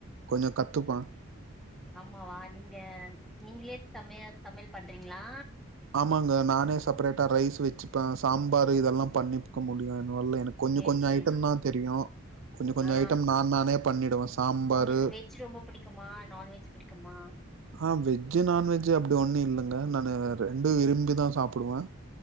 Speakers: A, on the right; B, in the centre.
A: கொஞ்ச கத்துப்பே
B: அம்மாவா நீங்ளே நீங்கிளே சமையா சமயல் பண்றீங்களா
A: ஆமாங்க நானே செப்ரேட்டா ரைஸ் வச்சுப்பே சாம்பாரு இதுயெல்லா பண்ணிக்க முடியூ என் அ இல்ல எனக்கு கொஞ்ச
B: சேரி
A: கொஞ்ச
B: சேரி
A: ஐட்டம் தா தெரியு கொஞ்ச கொஞ்ச
B: ஆ
A: ஐட்டம் நான் நானே பண்ணிடுவே சாம்பாரு
B: உங்களுக்கு வெஜ் ரொம்ப புடிக்குமா நான்வெஜ் புடிக்குமா
A: ஆ வெஜ் வெஜ் நான்வெஜ் அப்டி ஒன்னுல்லங்க நானு ரெண்டூ விரும்பி தா சாப்டுவே